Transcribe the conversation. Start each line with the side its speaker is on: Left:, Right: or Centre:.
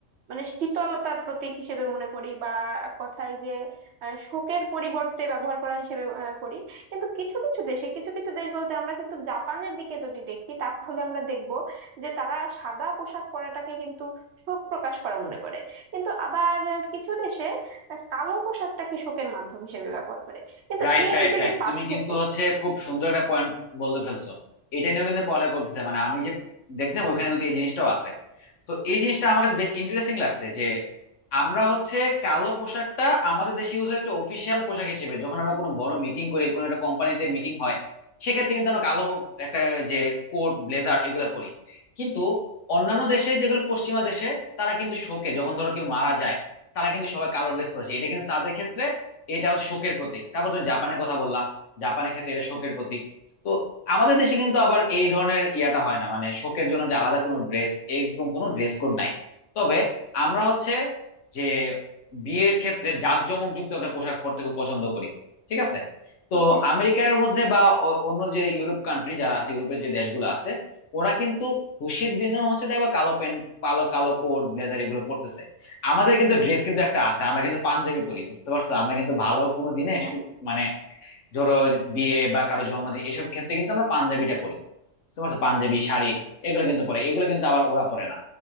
Right: মানে শীতলতার প্রতীক হিসেবে মনে করি বা এক কথায় যে আহ, শোকের পরিবর্তে ব্যবহার করা হিসেবে আহ, করি কিন্তু কিছু কিছু দেশে কিছু কিছু দেশ বলতে আমরা কিন্তু জাপানের দিকে যদি দেখি তাহলে আমরা দেখব যে তারা সাদা পোশাক পরাটাকে কিন্তু শোক প্রকাশ করা মনে করে কিন্তু আবার কিছু দেশে কালো পোশাকটাকে শোকের মাধ্যম হিসেবে ব্যবহার করে কিন্তু
Left: রাইট
Right: এই
Left: রাইট
Right: যে
Left: রাইট
Right: যে পার্থক্য
Left: তুমি কিন্তু হচ্ছে খুব সুন্দর একটা পয়েন্ট বলতে ফেলছো এটা নিয়েও কিন্তু পড়ালেখা করতেছে মানে আমি যে দেখছিলাম ওইখানে কিন্তু এই জিনিসটাও আছে তো এই জিনিসটা আমার কাছে বেশ ইন্টারেস্টিং লাগছে যে আমরা হচ্ছে কালো পোশাকটা আমাদের দেশে ইউজ হয় একটা অফিসিয়াল পোশাক হিসেবে যখন আমরা কোনো বড় মিটিং করি কোনো একটা কোম্পানিতে মিটিং হয় সেক্ষেত্রে কিন্তু আমরা কালো একটা যে কোট ব্লেজার এগুলো পরি কিন্তু অন্যান্য দেশে যেগুলো পশ্চিমা দেশে তারা কিন্তু শোকে যখন ধরো কেউ মারা যায় তারা কিন্তু সবাই কালো ড্রেস পরেছে এটা কিন্তু তাদের ক্ষেত্রে এটা হচ্ছে শোকের প্রতীক তারপর তুমি জাপানের কথা বললা জাপানের ক্ষেত্রে এটা শোকের প্রতীক তো আমাদের দেশে কিন্তু আবার এই ধরনের ইয়াটা হয় না মানে শোকের জন্য যে আলাদা কোনো ড্রেস এরকম কোনো ড্রেস কোড নাই তবে আমরা হচ্ছে যে বিয়ের ক্ষেত্রে জাঁকজমক যুক্ত একটা পোশাক পরতে খুব পছন্দ করি ঠিক আছে তো
Right: হ্যাঁ
Left: আমেরিকার মধ্যে বা অ- অন্য যে ইউরোপ কান্ট্রি যারা আছে ইউরোপের যে দেশগুলো আছে ওরা কিন্তু খুশির দিনেও হচ্ছে দেখবা কালো প্যান্ট কালো কালো কোট ব্লেজার এগুলো পরতেছে আমাদের কিন্তু ড্রেস কিন্তু একটা আছে আমরা কিন্তু পাঞ্জাবি পরি বুঝতে পারছো আমরা কিন্তু ভালো কোনো দিনে
Right: হ্যাঁ
Left: সু- মানে ধরো যে বিয়ে বা কারো জন্মদিন এসব ক্ষেত্রে কিন্তু আমরা পাঞ্জাবিটা পরি বুঝতে পারছো পাঞ্জাবি শাড়ি এগুলো কিন্তু পরে এগুলো কিন্তু আবার ওরা পরে না